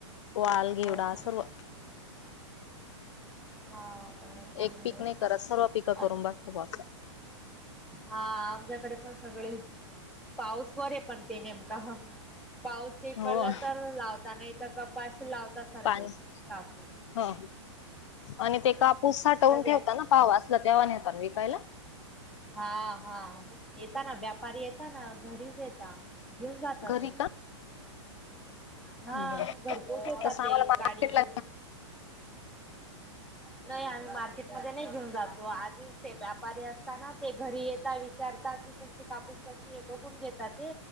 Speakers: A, on the left; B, in the centre.
A: वाल घेवडा
B: हो का
A: सर्व.
B: हा. चांगली
A: एक पीक
B: गोष्ट
A: नाही करत
B: आहे.
A: सर्व पिकं
B: आ
A: करून बसता बुआ असं.
B: हा आमच्याकडे पण सगळे पाऊस वार आहे पण ते नेमका हा. पाऊस नि पडला
A: हो
B: तर लावता नाही तर कपाशी लावता सारखे
A: पाणी
B: कापू.
A: हो आणि ते कापूस साठवून ठेवताात
B: आहे
A: ना भाऊ असलं तेव्हा नेवता विकायला.
B: हा हा येता का, व्यापारी येता का घरीच येता? घेऊन जातात.
A: घरी
B: <inaudible>
A: का
B: हा
A: हम्म.
B: घरपोच येताात
A: तसं
B: ते,
A: आम्हाला मार्केटला
B: गाडी घेऊन. नाही, आम्ही मार्केट मध्ये नाही, घेऊन जात. तो आधी ते व्यापारी असता ना, ते घरी येता विचारता कि तुमची कापूस कशीय? बघून घेतात ते,